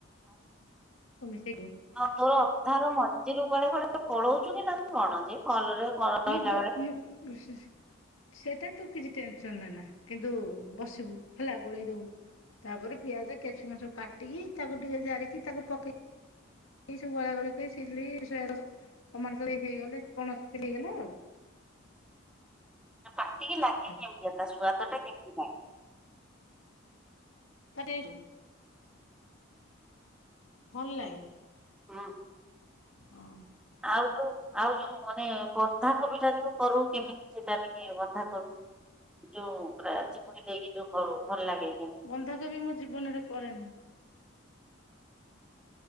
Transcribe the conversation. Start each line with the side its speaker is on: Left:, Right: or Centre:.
Left: ତୁ ମିଶେବୁ।
Centre: ହଁ ତୋର ଅଧାର ମଝିରୁ କୁଆଡେ କୁଡେ ପଳଉଛୁ କି ନା କଣ ଅଛି ଭଲରେ ରହିଲା
Left: ମୁଁ ବ
Centre: ବେଳେ।
Left: <inaudible> ସେଟା ତୁ କିଛି ଟେନସନ ନେ ନା କିନ୍ତୁ ବସିବୁ ହେଲା ଗୋଳେଇଦବୁ। ତାପରେ ପିଆଜ କେଶୁଣ ସବୁ କାଟିକି ତାକୁ ଟିକେ ଜାରିକି ତାକୁ ପକେଇ <unintelligible>
Centre: ପାଟିକି ଲାଗେ
Left: ଭଲ
Centre: କେମିତି ଏଟା ସୁଆଦ ଟା କେମତି ଲାଗେ।
Left: ତା ଟେସ୍ ଭଲ ଲାଗେ।
Centre: ହଁ।
Left: ହଁ।
Centre: ଆଉ ଯୋଉ ଆଉ ଯୋଉ ମାନେ ବନ୍ଧା କୋବି ଟା ଯୋଉ କରଉ କେମିତି ସେଟା ଟି କେ ବନ୍ଧା କୋବି ଯୋଉ ପୁରା ଚିଗୁଡି ଦେଇକି ଯୋଉ କରୁ ଭଲ ଲାଗେ
Left: ବନ୍ଧାକବି ମୁଁ ଜୀବନରେ କରେନି।